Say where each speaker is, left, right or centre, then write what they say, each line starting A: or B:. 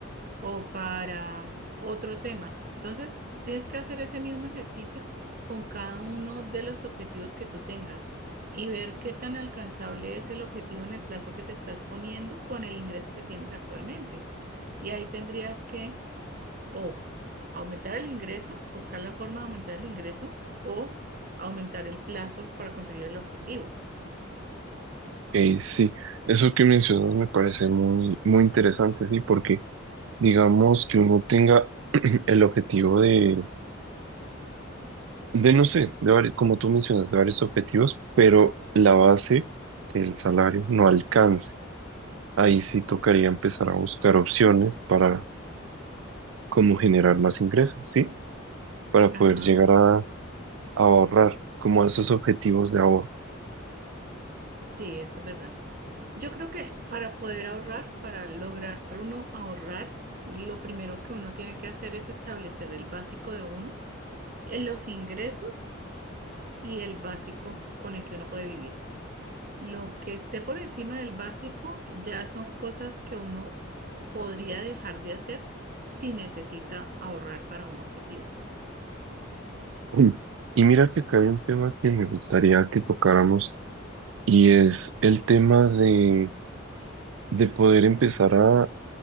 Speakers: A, on the right (about 45°); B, on the right (about 70°).
A: o para mm, otro tema. Entonces, tienes que hacer ese mismo ejercicio con cada uno de los objetivos que tú tengas y ver qué tan alcanzable es el objetivo en el plazo que te estás poniendo con el ingreso que tienes actualmente. Y ahí tendrías que o aumentar el ingreso, buscar la forma de aumentar el ingreso o aumentar el plazo para conseguir el objetivo.
B: Eh, sí, eso que mencionas me parece muy, muy interesante, sí, porque digamos que uno tenga <clears throat> el objetivo de, de no sé, de vari- como tú mencionas, de varios objetivos, pero la base del salario no alcance. Ahí sí tocaría empezar a buscar opciones para cómo generar más ingresos, sí, para
A: Ajá,
B: poder llegar a, a ahorrar, como a esos objetivos de ahorro. <clears throat>
A: sí, eso es verdad. Yo creo que para poder ahorrar, para lograr uno ahorrar, lo primero que uno tiene que hacer es establecer el básico de uno, eh, los ingresos y el básico con el que uno puede vivir. Lo que esté por encima del básico ya son cosas que uno podría dejar de hacer si necesita ahorrar para un objetivo.
B: Mm. Y mira que acá hay un tema que me gustaría que tocáramos y es el tema de de poder empezar a,